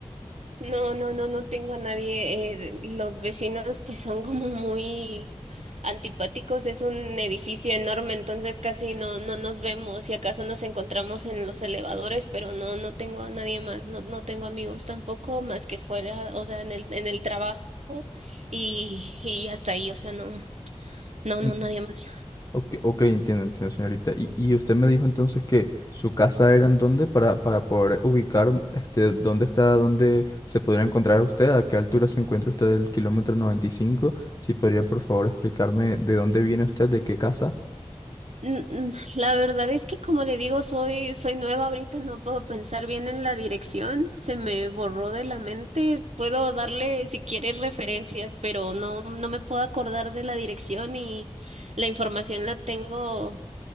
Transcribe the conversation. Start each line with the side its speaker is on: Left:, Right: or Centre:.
Right: No, no, no, no tengo a nadie. eh, los vecinos pues son como muy antipáticos. Es un edificio enorme, entonces casi no, no nos vemos. Si acaso nos encontramos en los elevadores, pero no, no tengo a nadie más. No, no tengo amigos tampoco, más que fuera, o sea, en el, en el trabajo y, y hasta ahí, o sea, no, no,
Left: En-
Right: no, nadie más.
Left: Ok, ok, entiendo, entiendo, señorita. Y, y usted me dijo entonces que su casa era en dónde para, para poder ubicar este, dónde está, dónde se podría encontrar usted, a qué altura se encuentra usted del kilómetro noventa y cinco Si podría, por favor, explicarme de dónde viene usted, de qué casa.
Right: Mm, mm, La verdad es que como le digo, soy, soy nueva ahorita, no puedo pensar bien en la dirección, se me borró de la mente, puedo darle si quieres referencias, pero no, no me puedo acordar de la dirección y la información la tengo,